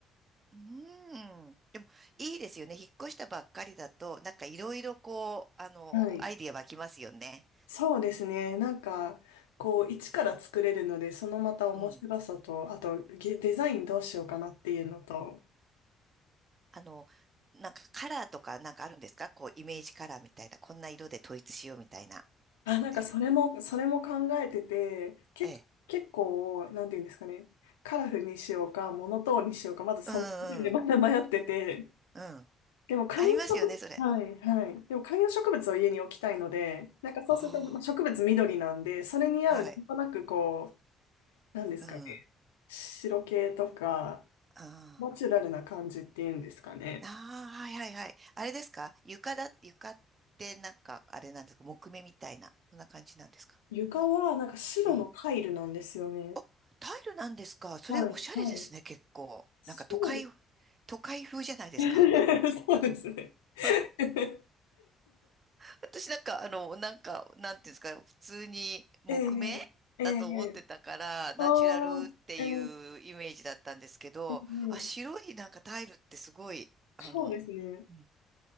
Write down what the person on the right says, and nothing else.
うーん。でも、いいですよね。引っ越したばっかりだと、なんかいろいろこう、あの、
アイディア湧きますよね。
うん。
あの、なんかカラーとかなんかあるんですかこう、イメージカラーみたいな、こんな色で統一しようみたいなのって。
ええ。
うんうん。うん。
ありますよね、それ。
おお
ー、
はい。
うん。あ
あ。
ああ、はいはいはい。あれですか床だ、床ってなんか、あれなんですか木目みたいな、そんな感じなんですかこ
う。うん。お、タイルなんですかそれおしゃれですね、
結構。
なんか都会、都会風じゃないですか。
<laughs> 私なんか、あの、なんか、なんていうんですか、普通に木目だと思ってたから、
ナチュラルっていうイメージだったんですけど、
あ、白いなんかタイルってすごい、あの、
うん